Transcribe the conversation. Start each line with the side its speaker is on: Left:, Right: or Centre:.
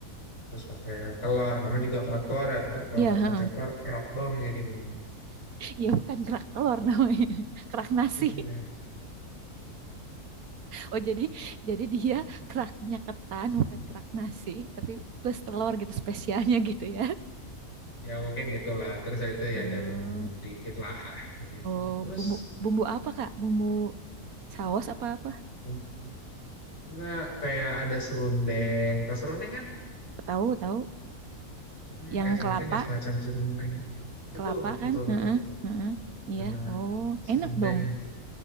Left: Terus pakai telur, namanya juga kerak telur ya. Ntar kalau
Right: Iya,
Left: nggak
Right: heeh.
Left: pakai telur kerak dong jadinya. <laughs>
Right: <laughs> Iya bukan kerak telur namanya. <laughs> Kerak nasi.
Left: Iya.
Right: Oh, jadi jadi dia keraknya ketan bukan kerak nasi, tapi plus telur gitu spesialnya gitu ya.
Left: ya mungkin gitulah terus itu ya
Right: Hmm.
Left: ada bumbu-bumbu dikit lah begitu
Right: Oh,
Left: terus
Right: bumbu bumbu apa, Kak? Bumbu saus apa apa?
Left: bum- nggak kayak ada serundeng tas serundeng kan
Right: Tahu, tahu.
Left: hmm,
Right: Yang
Left: kayak
Right: kelapa
Left: mungkin ya semacam serundeng betul
Right: Kelapa
Left: betul
Right: kan?
Left: betul
Right: Heeh,
Left: betul
Right: heeh. Iya.
Left: benar
Right: Oh,
Left: serundeng
Right: enak dong.